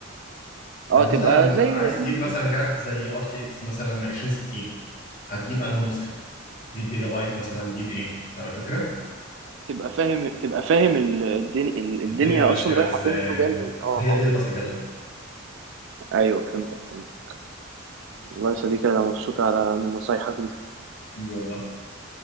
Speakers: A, on the right; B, on the left.
A: اه
B: يعني
A: تبقى
B: مثلا
A: زي
B: عايز تجيب
A: مم.
B: مثلا كارت زي ار تي اكس مثلا 2060 هتجيب انهي نسخه؟ تجيب جيجا بايت مثلا هتجيب ايه؟ فاهم الفكره؟
A: تبقى فاهم تبقى فاهم ال- الدنيا ال- الدنيا
B: الدنيا ماشيه
A: اصلا رايحه
B: ازاي؟
A: فين وجايه منين اه
B: هي
A: اه
B: دي دراسه الجدوى
A: ايوه فهمتك فهمتك والله يا صديقي انا مبسوط على من نصايحك دي
B: اي والله